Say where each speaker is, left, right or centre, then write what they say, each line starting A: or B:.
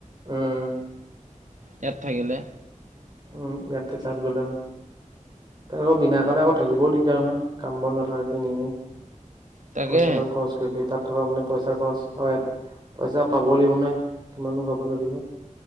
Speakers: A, on the right; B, on the right.
A: উম
B: এয়াত থাকিলে
A: উম এয়াটো তাত গলা তাৰ আকৌ বিনা কাৰণে আকৌ থাকিবও দিগদাৰ নহয় কাম বন নথকাকে এনেই এনেই
B: তাকেহে
A: পইচাদম খৰচ কৰি কৰি তাত থকা মানে পইচা খৰচ আৰু ইয়াত পইচা পাব লাগিব নহয় কিমানো ঘৰ ফালে দিব